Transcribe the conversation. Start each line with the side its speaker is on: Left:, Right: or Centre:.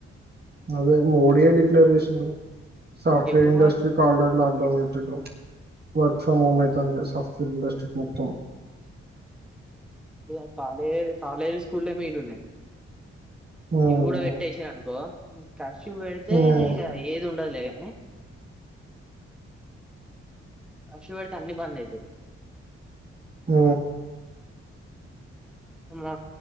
Right: అదే మోడీయే డిక్లర్ చేసిండు. సాఫ్ట్వేర్
Centre: ఎప్పుడు
Right: ఇండస్ట్రి <unintelligible> లాక్డౌన్ పెట్టింరు వర్క్ ఫ్రమ్ హోమ్ అయితాంది సాఫ్ట్వేర్ ఇండస్ట్రీ మొత్తం
Centre: ఇగ కాలే కాలేజ్, స్కూల్లేమో ఈడ ఉన్నాయి.
Right: ఉమ్,
Centre: ఇవి గుడ వెట్టచ్చి అనుకో కర్ఫ్యూ పెడితే
Right: ఉమ్,
Centre: ఇగ ఏదుండదులే అనీ <unintelligible> అన్ని బంద్ అయితయి
Right: ఆ
Centre: అమ్మ